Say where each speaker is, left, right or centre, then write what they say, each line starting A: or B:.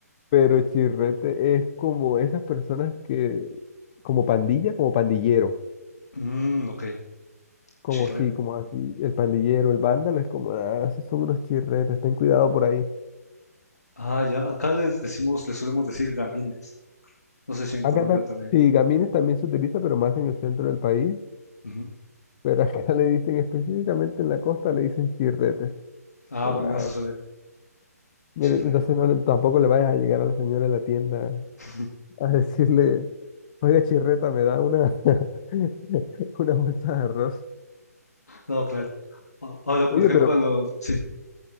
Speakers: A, on the left; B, on the left.
A: pero chirrete es como esas personas que, como pandilla, como pandillero.
B: Mm, ok.
A: Como
B: Chirrete.
A: sí, como así, el pandillero, el vándalo, es como, ah, esos son unos chirretes, ten cuidado por ahí.
B: Ah, ya. Acá les decimos, les solemos decir gamines. No sé si en
A: Acá
B: Colombia
A: ta-
B: también.
A: sí, gamines también se utiliza, pero más en el centro del país,
B: Ujú.
A: pero acá <laughs> le dicen específicamente en la costa, le dicen chirretes.
B: Ah,
A: Como
B: buenazo
A: nada,
B: saber.
A: mira,
B: Chirrete.
A: entonces no, le- tampoco le vayas a llegar a la señora de la tienda
B: <laughs>
A: a decirle, oiga chirreta, me da una, <laughs> una bolsa de arroz.
B: No, claro. A- Ahora, por
A: Oye,
B: ejemplo,
A: pero Claro.
B: a los... Sí.